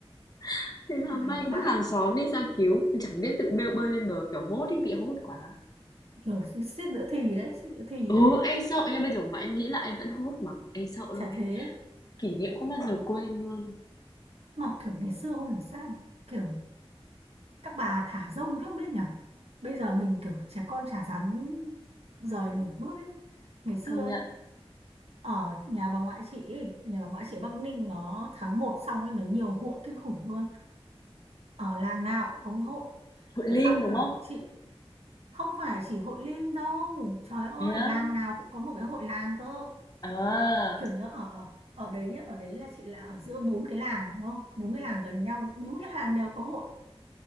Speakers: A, on the left (about 35°); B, on the right (about 75°).
A: <laughs> Thế là
B: mày
A: may bác
B: vãi
A: hàng xóm đi ra cứu, Mình chẳng biết tự bơi, bơi lên bờ kiểu hốt ấy, bị hốt quá.
B: kiểu suýt nữa thì đấy suýt nữa thì
A: Ừ,
B: đấy
A: em sợ nha, bây giờ mà em nghĩ là em vẫn hốt mà, em sợ
B: chả
A: luôn đấy.
B: thế
A: Kỷ niệm không bao giờ quên luôn,
B: mà kiểu ngày xưa không hiểu sao kiểu các bà thả rông thế không biết nhở bây giờ mình kiểu trẻ con chả dám rời nửa bước ấy ngày xưa
A: công
B: ấy,
A: nhận.
B: ở nhà bà ngoại chị ấy, nhà bà ngoại chị ở Bắc Ninh nó tháng một xong ấy nó nhiều hội kinh khủng luôn ở làng nào cũng có cái hội
A: Hội
B: thế
A: Lim
B: xong
A: đúng
B: à
A: không?
B: chị không phải chỉ hội lim đâu trời ơi
A: Thế á?
B: làng nào cũng có một cái hội làng cơ
A: À,
B: kiểu nhớ ở ở ở đấy nhá ở đấy là chị là ở giữa bốn cái làng đúng không bốn cái làng gần nhau bốn cái làng đều có hội